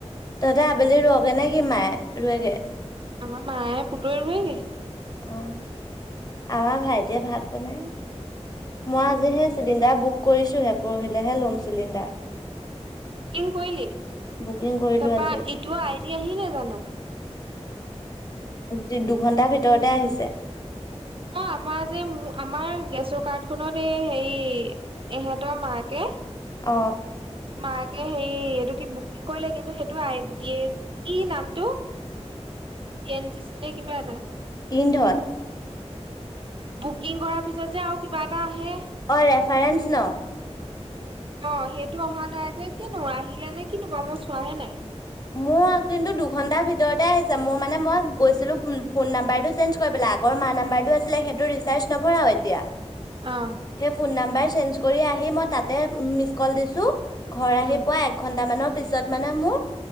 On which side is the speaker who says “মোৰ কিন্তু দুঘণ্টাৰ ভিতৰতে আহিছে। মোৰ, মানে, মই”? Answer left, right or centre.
Left